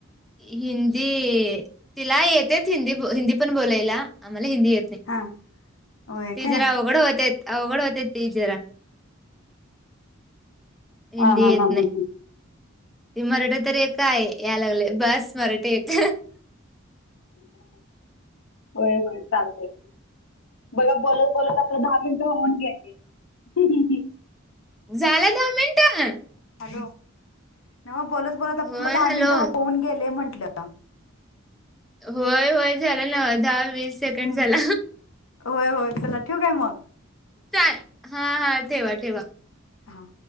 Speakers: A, in the centre; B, on the left (about 70°).
A: हिंदी, तिला येतेच हिंदी, हिंदी पण बोलायला आम्हाला हिंदी येत
B: हा होय
A: ते,
B: काय
A: जरा अवघड होतेत अवघड होतेत ती जरा हिंदी
B: हा हा
A: येत
B: हा
A: नाही
B: हां हां
A: ती मराठ तर एक हाय याय लागलय बास मराठी एक
B: होय, होय चालतय बघा बोलत बोलत आपलं दहा मिनिटं होऊन गेले
A: झाला दहा मिनट
B: हॅलो, नव्ह बोलत, बोलत आपला
A: होय
B: दहा
A: हॅलो
B: मिनिटं होऊन गेले म्हंटलं
A: होय, होय झालं न दहा वीस सेकंड
B: हम्म
A: झाल
B: होय, होय चला ठेऊ कां मग?
A: चा, हा हा ठेवा ठेवा
B: हां